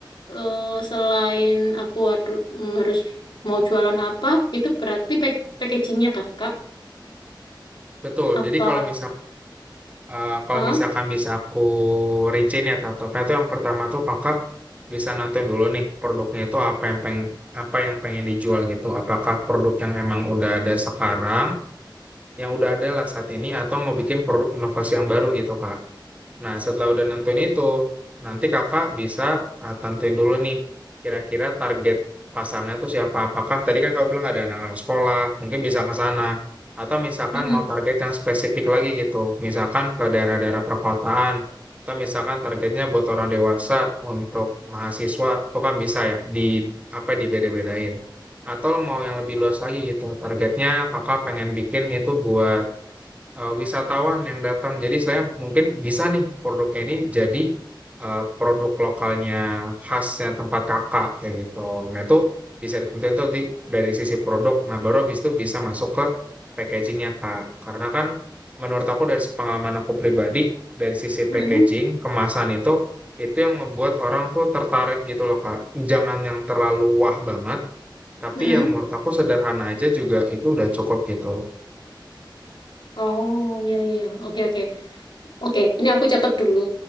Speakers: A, on the left (about 70°); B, on the right (about 15°).
A: eh, selain aku haru- mm, harus mau jualan apa, itu berarti pack packagingnya kak Kak?
B: Betul.
A: Apa?
B: Jadi kalau misal Eh, kalau
A: Hah?
B: misalkan bisa aku rincin ya tahap-tahapnya tuh yang pertama tuh kakak bisa nonton dulu nih produknya itu apa yang pengen apa yang pengen dijual gitu. Apakah produk yang emang udah ada sekarang, yang udah ada lah saat ini, atau mau bikin produk inovasi yang baru gitu kak. Nah, setelah udah nentuin itu, nanti kakak bisa ah, tentuin dulu nih, kira-kira target pasarnya tuh siapa. Apakah tadi kan kakak bilang ada anak-anak sekolah, mungkin bisa ke sana. Atau misalkan
A: Mm-mm.
B: mau target yang spesifik lagi gitu, misalkan ke daerah-daerah perkotaan, atau misalkan targetnya buat orang dewasa untuk mahasiswa, itu kan bisa ya, di apa dibeda-bedain. Atau mau yang lebih luas lagi gitu, targetnya kakak pengen bikin itu buat eh, wisatawan yang datang. Jadi saya mungkin bisa nih produknya ini jadi eh, produk lokalnya khasnya tempat kakak kayak gitu. Nah itu bisa ditentuin tuh di, dari sisi produk. Nah baru habis itu bisa masuk ke packagingnya kak. Karena kan menurut aku dari pengalaman aku pribadi dari sisi
A: Mm-mm.
B: packaging kemasan itu itu yang ngebuat orang tuh tertarik gitu loh kak. Jangan yang terlalu wah banget, tapi
A: Mm-mm.
B: yang menurut aku sederhana aja juga itu udah cukup gitu.
A: Oh, ya, ya, ya. Oke, oke. Oke, ini aku catat dulu.